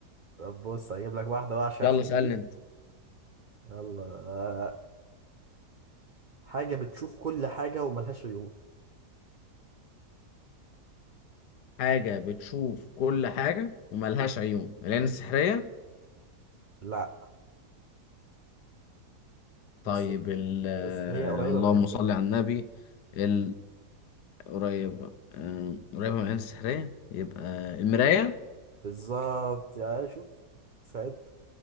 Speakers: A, on the right; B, on the left.
A: طب بص هجيب لك واحدة وحشة
B: يلا
A: عشان
B: اسألني
A: دي
B: انت
A: يلا أه، حاجة بتشوف كل حاجة وملهاش عيون
B: حاجة بتشوف كل حاجة وملهاش عيون العين السحرية
A: لا
B: طيب
A: بس
B: ال آه،
A: بس هي قريبة
B: اللهم
A: من الانسان
B: صل على النبي ال- قريب آه، قريبة من العين السحرية يبقى المراية
A: بالظبط يا شوف سعد